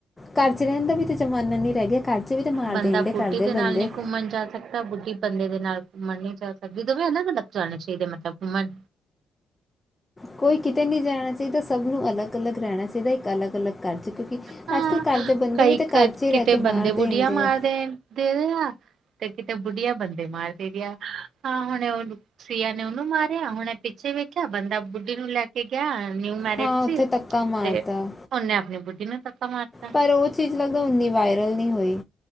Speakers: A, on the left; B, on the right.
A: ਘਰ ਚ ਰਹਿਣ ਦਾ ਵੀ ਤੇ ਜ਼ਮਾਨਾ ਨੀ ਰਹਿ ਗਿਆ ਘਰ ਚ ਵੀ ਤੇ ਮਾਰ
B: ਬੰਦਾ
A: ਦੇਣ
B: ਬੁੱਢੀ
A: ਕਰਦੇ
B: ਦੇ
A: ਬੰਦੇ
B: ਨਾਲ ਨਹੀਂ ਘੁੰਮਣ ਜਾ ਸਕਦਾ ਤਾਂ ਬੁੱਢੀ ਬੰਦੇ ਦੇ ਨਾਲ ਘੁੰਮਣ ਨੀ ਜਾ ਸਕਦੀ ਦੋਵੇਂ ਅਲੱਗ ਅਲੱਗ ਜਾਣੇ ਚਾਹੀਦੇ ਮਤਲਬ ਘੁੰਮਣ
A: ਕੋਈ ਕਿਤੇ ਨਹੀਂੀ ਜਾਣਾ ਚਾਹੀਦਾ ਸਭ ਨੂੰ ਅਲੱਗ ਅਲੱਗ ਰਹਿਣਾ ਚਾਹੀਦਾ ਇੱਕ ਅਲੱਗ ਅਲੱਗ ਘਰ ' ਕਿਉਂਕਿ
B: ਹਾਂ
A: ਅੱਜ ਕੱਲ੍ਹ ਘਰ ਦੇ ਬੰਦੇ
B: ਕਈ
A: ਵੀ ਤਾਂ
B: ਕ
A: ਘਰ ਚ
B: ਕਿਤੇ
A: ਰਹਿ ਕੇ
B: ਬੰਦੇ
A: ਮਾਰ ਦੇਦੇ
B: ਬੁੱਢੀਆਂ ਮਾਰਦੇ
A: ਆ
B: ਦੇ ਰਿ ਆ ਤੇ ਕਿਤੇ ਬੁੱਢੀਆਂ ਬੰਦੇ ਮਾਰ ਦੇ ਰਿ ਆ ਹਾਂ ਹੁਣੇ ਉਹਨੂੰ ਸੀਆ ਨੇ ਉਹਨੂੰ ਮਾਰਿਆ ਹੁਣੇ ਪਿੱਛੇ ਵੇਖਿਆ ਬੰਦਾ ਬੁੱਢੀ ਨੂੰ ਲੈ ਕੇ ਗਿਆ ਨਿਊ ਮੈਰਿਜ
A: ਹਾਂ ਉੱਥੇ
B: ਚ
A: ਤੱਕਾ ਮਾਰਤਾ
B: ਤੇ ਉਹਨੇ ਬੁੱਢੀ ਨੇ ਪਕਾ ਮਾਰ ਤਾ
A: ਪਰ ਉਹ ਚੀਜ਼ ਲੱਗਦਾ ਉੰਨੀ ਵਾਇਰਲ ਨਹੀਂ ਹੋਈ